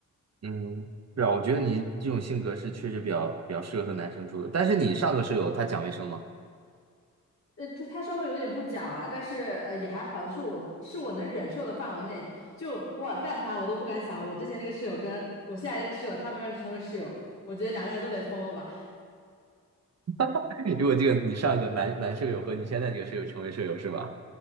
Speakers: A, on the right (about 50°); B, on the left (about 55°).
A: 嗯，是啊，我觉得你这种性格是确实比较比较适合和男生住的。但是你上个舍友他讲卫生吗？
B: 呃，他他稍微有点不讲啊，但是呃也还好，是我是我能忍受的范围内。就哇，但凡我都不敢想，我之前那个室友跟我现在这个室友，他们要是成为室友，我觉得两个人都得疯了吧？
A: <laughs> 如果这个你上个男男舍友和你现在这个舍友成为舍友是吧？